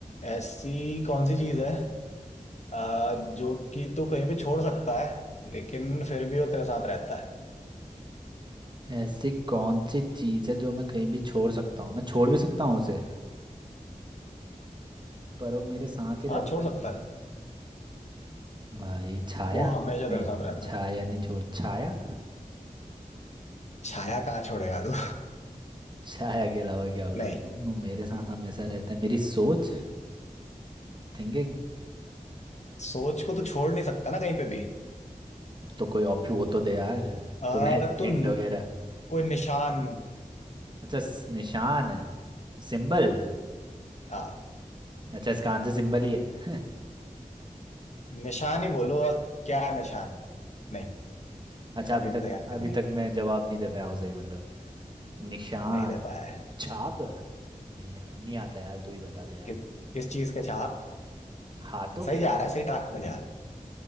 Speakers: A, on the left; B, on the right.
A: ऐसी कौन सी चीज है आ, जो कि तू कहीं भी छोड़ सकता है लेकिन फिर भी वो तेरे साथ रहता है
B: ऐसी कौन सी चीज़ है जो मैं कहीं भी छोड़ सकता हूँ मैं छोड़ भी सकता हूँ उसे पर वो मेरे साथ ही रहता
A: हाँ छोड़
B: है
A: सकता है
B: भाई छाया
A: वो हमेशा
B: नहीं
A: तेरे साथ रहता
B: छाया
A: है
B: नहीं छोड़ छाया
A: छाया कहाँ छोड़ेगा तू
B: छाया के अलावा
A: <laughs>
B: क्या होगा
A: नहीं
B: वो मेरे साथ हमेशा रहता है मेरी सोच थिंकिंग
A: सोच को तू छोड़ नहीं सकता ना कहीं पे भी
B: तो कोई ऑप्शन वो तो दे यार
A: आ,
B: थोड़े
A: तू
B: हिंट
A: न-
B: वगैरह
A: कोई निशान
B: अच्छा स- निशान है, सिंबल
A: हाँ
B: अच्छा इसका आंसर सिंबल ही है
A: निशान ही बोलो और क्या निशान नहीं
B: <laughs> अच्छा
A: अभी
B: अभी तक
A: भी तो याद
B: अभी
A: नहीं है
B: तक मैं जवाब नहीं दे पाया हूँ सही मतलब निशान
A: नहीं दे पाया है
B: छाप नहीं यार नहीं आता यार तू ही बता दे यार
A: किस किस चीज के छाप
B: हाथों
A: सही
B: के
A: जा रहा है सही ट्रैक पे जा रहा है